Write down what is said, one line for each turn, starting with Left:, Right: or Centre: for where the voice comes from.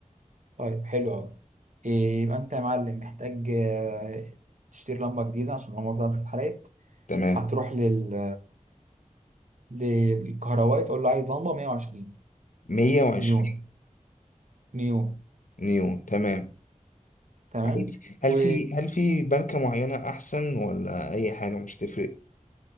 Right: طيب حلو أوي إيه، يبقى أنت يا معلم محتاج آه، تشتري لمبة جديدة عشان اللمبة بتاعتك اتحرقت
Left: تمام
Right: هتروح لل للكهربائي تقول له عايز لمبة 120
Left: 120
Right: نيون نيون
Left: نيون تمام
Right: تمام
Left: هل هل
Right: و
Left: في هل في ماركه معينه احسن ولا اي حاجه مش هتفرق